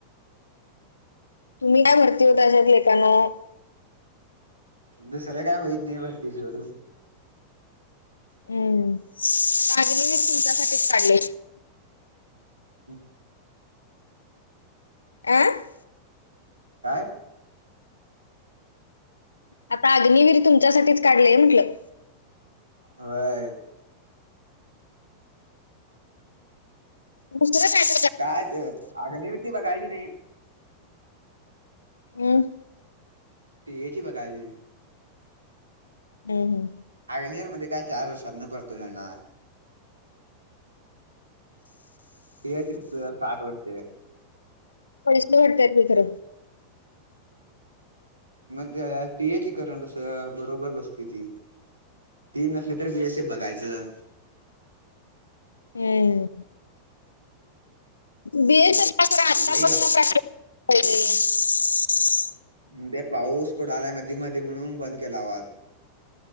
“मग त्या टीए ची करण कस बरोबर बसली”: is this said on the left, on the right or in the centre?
Right